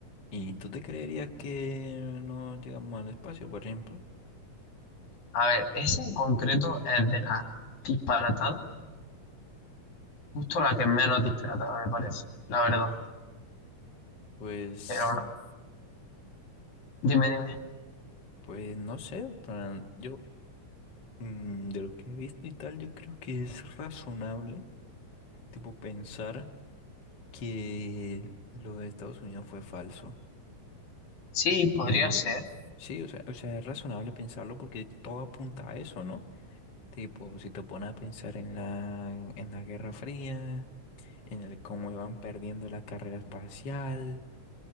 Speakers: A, on the left; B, on the left.
A: ¿Y tú te creerías que no llegamos al espacio, por ejemplo?
B: A ver, esa en concreto es de las disparatadas, justo la que menos disparatada me parece, la verdad.
A: Pues,
B: Pero ahora, dime, dime.
A: pues no sé, o sea, yo mm, de lo que he visto y tal, yo creo que es razonable, tipo, pensar que lo de Estados Unidos fue falso.
B: Sí,
A: Porque
B: podría ser.
A: Sí, o sea, o sea, es razonable pensarlo porque todo apunta a eso, ¿no? Tipo, si te pones a pensar en la, en la Guerra Fría, en el cómo iban perdiendo la carrera espacial,